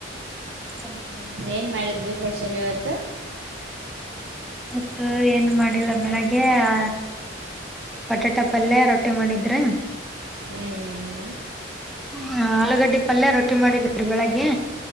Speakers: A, in the centre; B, on the right.
A: ಕುಂತೀವಿ ನೋಡಿ
B: ಏನ್ ಮಾಡಿದ್ರಿ ಸ್ಪೆಷಲ್ ಇವತ್ತು.
A: ಅಷ್ಟು ಏನು ಮಾಡಿಲ್ಲ ಬೆಳಗ್ಗೆ ಆ ಬಟಾಟ ಪಲ್ಯ ರೊಟ್ಟಿ ಮಾಡಿದ್ರ.
B: ಏನ್ ಹ್ಮ್ ಹ್ಮ್
A: ಹ ಆಲೂಗಡ್ಡೆ ಪಲ್ಯ ರೊಟ್ಟಿ ಮಾಡಿ <unintelligible> ಬೆಳಗ್ಗೆ.